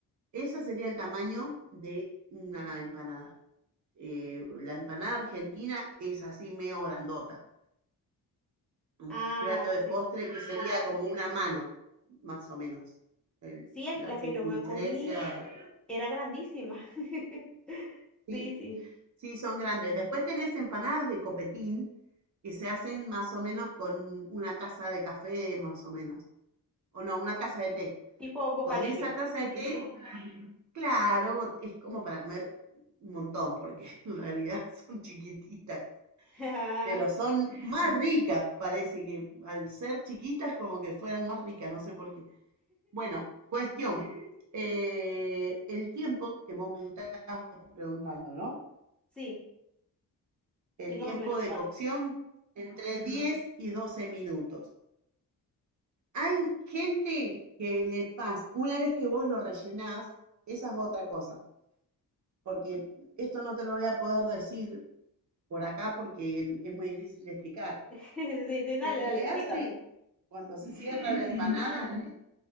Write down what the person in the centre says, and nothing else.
Ah,
sí.
Sí, el-
la que
yo me comí era grandísima. <laughs>
Sí, sí,
tipo bocadillo.
<laughs>
Sí,
sí, más
o menos
cuánto.
<laughs> Sí, sí, dale,
dale,
explícame.